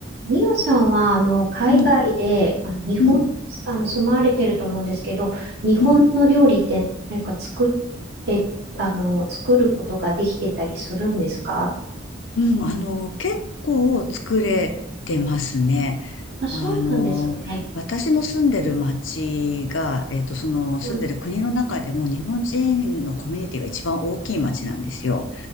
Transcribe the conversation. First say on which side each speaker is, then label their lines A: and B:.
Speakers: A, on the right; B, on the left.
A: ミオさんは、あの、海外で、
B: うん、
A: あの、日本、
B: うん、
A: あの、住まわれてると思うんですけど、日本の料理って何か作って、
B: うん、
A: あの、作ることができてたりするんですか
B: うん、あの、結構作れてますね。
A: あ、そうなんですね。
B: あの、私の住んでる町が、えっと、その住んでる国の中でも日本人のコミュニティが一番大きい町なんですよ。
A: うん。